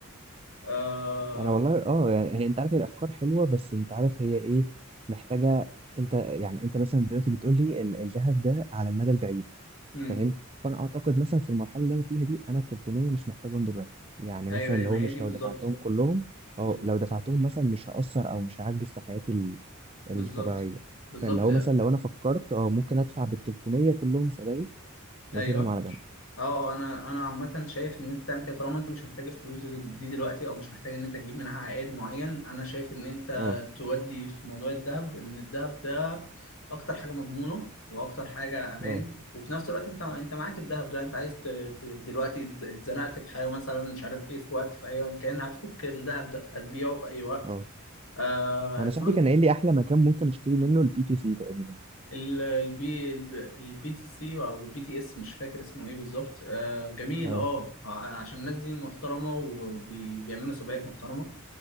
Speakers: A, on the left (about 75°); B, on the right (about 25°).
A: آه...
B: انا والله اه يعني هي انت عارف هي الافكار حلوه بس انت عارف هي ايه محتاجه انت يعني انت مثلا دلوقتي بتقول لي ال- الذهب ده على المدى البعيد
A: مم.
B: فاهم فانا اعتقد مثلا في المرحله اللي انا فيها دي انا 300 مش محتاجهم دلوقتي يعني
A: ايوه
B: مثلا اللي
A: ما
B: هو
A: هي
B: مش
A: دي بالظبط
B: لو دفعتهم كلهم اه
A: بال-
B: لو دفعتهم مثلا مش هأثر او مش هعجز في حياتي ال-
A: بالظبط
B: الطبيعيه
A: بالظبط
B: فاللي هو
A: يعني.
B: مثلا لو انا فكرت اه ممكن ادفع بال 300 كلهم سبائك
A: ايوه
B: واسيبهم على جنب
A: اه آه، انا انا عامه شايف ان انت تعمل كده طالما انت مش محتاج الفلوس دي دي دلوقتي او مش محتاج ان انت تجيب منها عائد معين انا شايف ان انت
B: اه
A: تودي في موضوع الذهب ان الذهب ده اكتر حاجه مضمونه واكتر حاجه امان
B: اه
A: وفي نفس الوقت انت انت معاك الذهب ده انت عايز ت... ت- دلوقتي اتز- اتزنقت في حاجه مثلا مش عارف ايه في وقت في اي مكان هتفك الذهب ده هتبيعه في اي وقت
B: اه
A: آه
B: انا
A: الفلوس
B: صاحبي كان قايل لي احلى مكان ممكن اشتري منه البي تي سي تقريبا
A: ال- البي البي تي سي او البي تي اس مش فاكر اسمه ايه بالظبط آه جميل
B: اه
A: اه ع- عشان الناس دي محترمه وبيعملوا سبائك محترمه